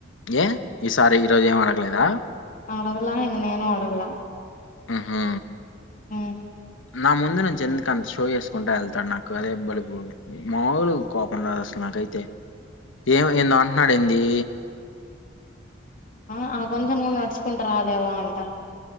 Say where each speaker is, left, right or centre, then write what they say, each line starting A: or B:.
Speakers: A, on the left; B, on the left.
A: ఏ ఈ సారి ఈ రోజు ఏమనడ లేదా
B: అడగలా ఎంగనేేను అడగలా
A: ఆహా
B: ఆహ్
A: నా ముందు నుంచి ఎందుకు అంత షో చేసుకుంటా వెళ్తాడు నాకు అదే బలుపు మాములు కోపం రాదు అసలు నాకైతే ఏం ఏందో అంటున్నాడు ఏంది
B: ఆ ఆ కొంచెం కూడా నడుచుకుంట రాలేవా అంట